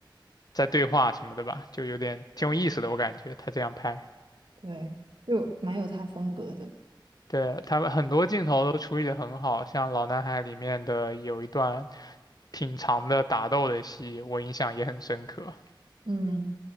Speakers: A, on the left (about 50°); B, on the right (about 70°).
A: 在对话什么的吧，就有点挺有意思的，我感觉他这样拍。
B: 对，就蛮有他风格的。
A: 对，他们很多镜头都处理得很好，像《老男孩》里面的有一段挺长的打斗的戏，我印象也很深刻。
B: 嗯，